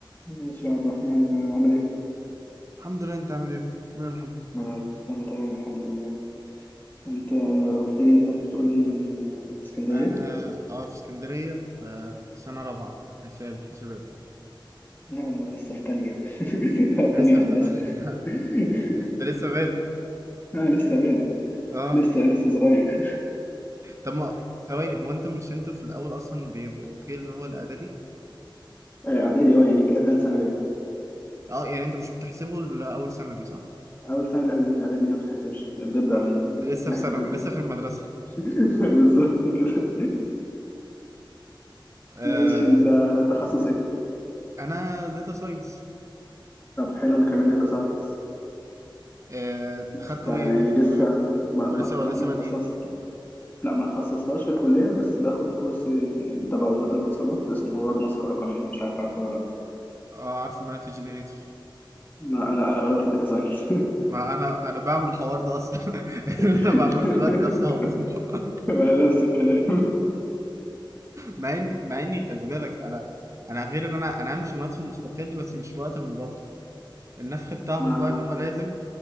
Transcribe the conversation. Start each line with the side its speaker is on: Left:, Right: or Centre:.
Left: ماشي يا عبد الرحمن آه، عامل ايه؟
Right: الحمد لله انت عامل ايه؟ عامل ايه يا محمد؟
Left: انا انا تمام الحمد لله انت قلت لي انت بتقول من آه، اسكندرية؟
Right: انا الحمد لله اه في اسكندريه في سنه رابعه حساب حسابات اه
Left: لا انا لسه في تانية <laughs> في
Right: انت
Left: تانية
Right: لسه فت...
Left: هندسة
Right: <laughs>
Left: <laughs>
Right: انت لسه بادئ
Left: انا لسه بادئ
Right: اه
Left: لسه لسه صغير <laughs>
Right: طب ما ثواني هو انت مش انت في الاول اصلا بيبقوا في اللي هو الاعدادي
Left: آه، اعدادي اه يعني كده تالت سنة ليا
Right: اه يعني انت مش بتحسبه لاول سنه دي صح؟
Left: اول سنة لأ- اعدادي دي ما بتتحسبش بنبدأ
Right: اه
Left: من
Right: ده لسه
Left: نحسب
Right: في ثانوي
Left: من اول
Right: لسه في المدرسه
Left: <laughs> بالظبط كده
Right: آه
Left: ماشي انت تخصص ايه؟
Right: انا داتا ساينس
Left: طب حلو انا كمان داتا ساينس
Right: آه
Left: بس
Right: اخدتوا
Left: انا
Right: ايه انتوا
Left: يعني
Right: في الكليه؟
Left: لسه ما
Right: ولا
Left: ما
Right: لسه ولا لسه
Left: ما اتخصصت
Right: بادئين؟
Left: لا ما تخصصتهاش في الكلية بس باخد كورس آه، تبع وزارة الاتصالات اسمه رواد مصر الرقمية مش عارف عارفه ولا لا
Right: اه عارف ما انا في جنريتيف
Left: ما أنا أنا بلعب في الداتا ساينس
Right: ما انا انا بعمل الحوار ده اصلا <laughs> اللي
Left: <laughs>
Right: انا بعمله دلوقتي ده بسببه <laughs>
Left: ما نفس الكلام
Right: مع اني مع اني خلي بالك انا انا غير ان انا انا عامل شغلانات في مستقل بس مش في وقت المبادره النفخ بتاعهم
Left: ما
Right: بقى ان هو لازم